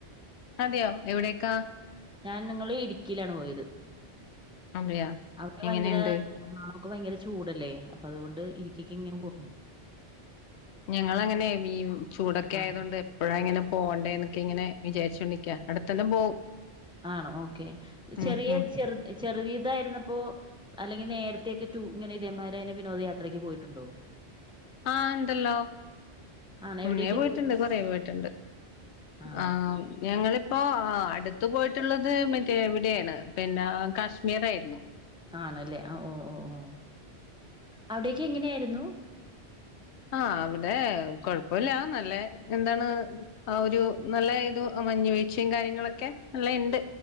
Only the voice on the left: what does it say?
അതെയോ എവിടെയൊക്ക?
അതെയോ
എങ്ങനെയുണ്ട്
ഞങ്ങളിങ്ങനെ മെയിൻ ചൂടൊക്കെ
ആയതോണ്ട്. ഇവിടെ എങ്ങനെ പോവേണ്ടെന്ന് ഇങ്ങനെ വിചാരിച്ചോണ്ടിരിക്കാ അടുത്തക്കൊല്ലം പോവും.
ഉം
ഉം
ആഹ് ണ്ടല്ലോ
മുന്നേ
പോയിട്ടുണ്ട്
കൊറേ പോയിട്ടുണ്ട്
ആ ഞങ്ങള് പ്പോ ആ അടുത്ത് പോയിട്ടുള്ളത് മറ്റേ വിടേണ് പിന്നെ കാശ്മീറേ ര്ന്നു.
ആഹ് അവിടെ കൊഴപ്പല്ല നല്ലേ എന്താണ് ആ ഒരു നല്ല ഇത് മഞ്ഞുവീഴ്ച്ചെം കാര്യങ്ങളൊക്കെ നല്ല ഇണ്ട്